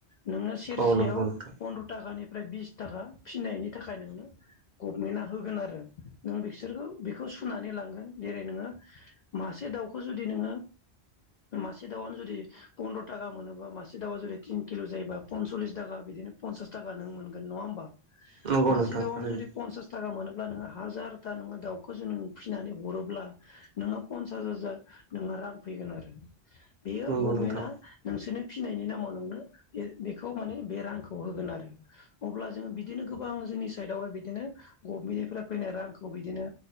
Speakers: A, on the left; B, on the right.
A: नोनो सेरसेयाव
B: औ नंगौ नोंथां
A: फन्द्र' थाकानिफ्राय बिस थाका फिनायनि थाखाय नोंनो गभमेन्टआ होगोन आरो नों बिसोरखौ बेखौ सुनानै लांगोन जेरै नोङो मासे दाउखो जुदि नोङो मासे दावानो जुदि पन्द्रता गाम मोनोब मा मासे दावा जुदि तिन किल' जायोब्ला पनसल्लिस थाखा बिदिनो पनसास थाखा नों मोनगोन नङा होमबा
B: नंगौ
A: मासे
B: नोंथां
A: दावानो
B: थारैनो
A: जदि पन्सास थाखा मोनोब्ला नोङो हाजारथा नोङो दाउखौ नों फिसिनानै हरोब्ला नोङो पन्सास हाजार नोङो रां फैगोन आरो बेयो
B: नंगौ
A: गभमेन्टा
B: नोंथां
A: नोंसोरनि फिनायनि नामाव नोंनो बे बेखौ माने बे रांखौ होगोन आरो अब्ला जोङो बिदिनो गोबां जोंनि साइडआवहाय बिदिनो गभमेन्टनिफ्रा फैनाय रांखौ बिदिनो